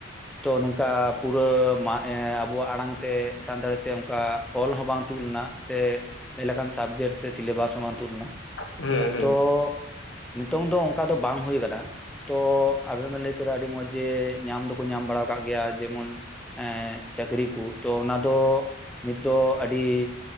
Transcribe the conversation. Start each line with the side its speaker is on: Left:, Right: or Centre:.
Centre: ᱛᱚ ᱱᱚᱝᱠᱟ ᱯᱩᱨᱟᱹ ᱢᱟ ᱮ ᱟᱵᱚᱣᱟᱜ ᱟᱲᱟᱝ ᱛᱮ ᱥᱟᱱᱛᱟᱲᱤ ᱛᱮ ᱚᱱᱠᱟ ᱚᱞ ᱦᱚᱸ ᱵᱟᱝ ᱛᱩᱫ ᱞᱮᱱᱟ ᱥᱮ ᱞᱟᱹᱭ ᱞᱮᱠᱟᱱ ᱥᱟᱵᱡᱮᱠᱴ ᱥᱮ ᱥᱤᱞᱮᱵᱟᱥ ᱦᱚᱸ ᱵᱟᱝ ᱛᱩᱫ ᱞᱮᱱᱟ
Left: ᱦᱮᱸ ᱦᱮᱸ ᱦᱮᱸ
Centre: ᱛᱚ ᱱᱤᱛᱚᱝ ᱫᱚ ᱚᱱᱠᱟ ᱫᱚ ᱵᱟᱝ ᱦᱩᱭ ᱟᱠᱟᱱᱟ, ᱛᱚ ᱟᱵᱮᱱ ᱵᱮᱱ ᱞᱟᱹᱭ ᱠᱮᱫᱟ ᱟᱹᱰᱤ ᱢᱚᱸᱡᱽ ᱡᱮ ᱧᱟᱢ ᱫᱚᱠᱚ ᱧᱟᱢ ᱵᱟᱲᱟ ᱟᱠᱟᱜ ᱜᱮᱭᱟ ᱡᱮᱢᱚᱱ ᱮᱜ ᱪᱟᱹᱠᱨᱤ ᱠᱩ ᱛᱚ ᱚᱱᱟ ᱫᱚ ᱱᱤᱛ ᱫᱚ ᱟᱹᱰᱤ